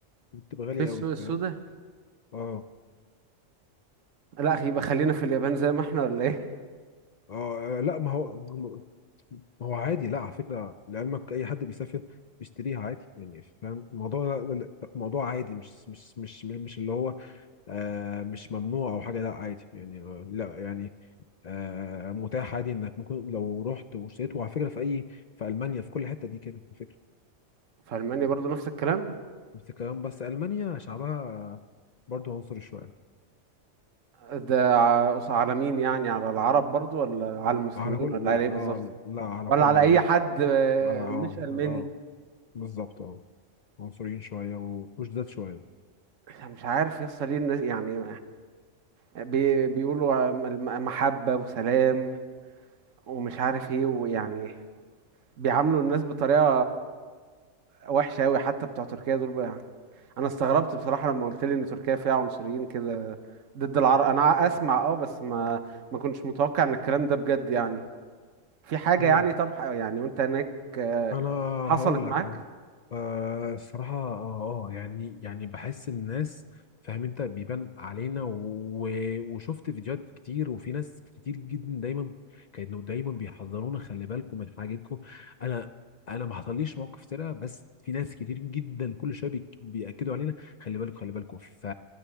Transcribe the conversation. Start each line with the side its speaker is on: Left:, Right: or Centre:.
Left: بتبقى غالية
Right: في السوق
Left: أوي
Right: السوداء
Left: فاهم اه
Right: لا يبقى خلينا في اليابان زي ما احنا ولا ايه
Left: اه لا ما هو ما هو عادي لا على فكره لعلمك اي حد بيسافر بيشتريها عادي يعني فاهم الموضوع لا- لا- موضوع عادي مش مش مش مش اللي هو آه مش ممنوع او حاجه لا عادي يعني آه لا يعني آه متاح عادي انك ممكن لو رحت واشتريت وعلى فكره في اي في المانيا في كل حته دي كده على فكره
Right: في ألمانيا برضو نفس الكلام
Left: بس الكلام بس المانيا شعبها برضو عنصري شويه
Right: ده ع- قص- على مين يعني على العرب برضو ولا على المسلمين
Left: على كل
Right: ولا على ايه بالظبط
Left: اه لا على
Right: ولا
Left: كل
Right: على
Left: عموم.
Right: اي حد آه،
Left: على اه
Right: مش ألماني
Left: اه بالظبط اه عنصريين شوية وشداد شوية
Right: مش عارف يصل ليه الناس يعني بي- بيقولوا عن الم- محبة وسلام ومش عارف ايه ويعني بيعاملوا الناس بطريقة وحشة أوي حتى بتوع تركيا دول بقى يعني أنا استغربت بصراحة لما قلت لي إن تركيا فيها عنصريين كده ضد العرب أنا أسمع أه بس ما ما كنتش متوقع إن الكلام ده بجد يعني في حاجة
Left: مم.
Right: يعني طب يعني وأنت هناك آه،
Left: أنا
Right: حصلت
Left: هقول لك
Right: معاك؟
Left: حظ آه الصراحة آه, آه يعني يعني بحس الناس فاهم أنت بيبان علينا و... وشفت فيديوهات كتير وفي ناس كتير جدا دايما كانوا دايما بيحذرونا خلي بالكم من حاجتكم أنا أنا ما حصليش موقف سرقة بس في ناس كتير جدا كل شوية بي... بيأكدوا علينا خلي بالكم خلي بالكم ف